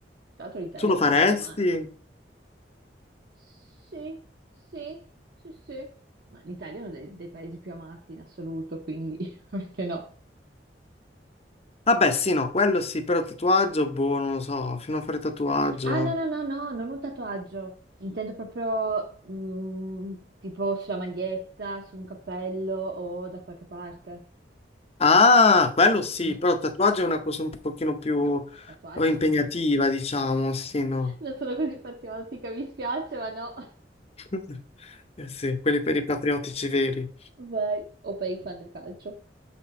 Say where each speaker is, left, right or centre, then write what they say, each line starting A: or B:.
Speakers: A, on the right; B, on the left.
A: Tra l'altro l'Italia
B: tu lo
A: non
B: faresti?
A: è più male. Sì, sì, sì, sì. Ma l'Italia è uno dei, dei paesi più amati in assoluto, quindi <laughs> perché no?
B: Vabbè, sì, no, quello sì, però tatuaggio, boh, non lo so, fino a fare tatuaggio.
A: Ah, no, no, no, no, non un tatuaggio. Intendo proprio mm, tipo sulla maglietta, su un cappello o da qualche parte.
B: Ah, quello sì,
A: Mm,
B: però tatuaggio è una cosa un pochino più
A: No, tatuaggi
B: eh, impegnativa,
A: no. <laughs>
B: diciamo, sì, no.
A: Non sono così patriottica, mi spiace, ma no.
B: <laughs> Eh sì, quelli per i patriottici veri.
A: Vai, o per i fan del calcio.